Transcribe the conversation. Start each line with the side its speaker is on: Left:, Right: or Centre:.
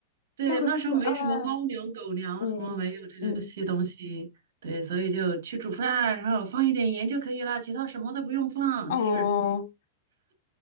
Right: 对，
Left: 那很可爱，
Right: 那时候没什么猫粮、狗粮什么，
Left: 嗯嗯，
Right: 没有这个些东西。对，所以就去煮饭啊，然后放一点盐就可以了，其他什么都不用放。
Left: 哦，
Right: 就是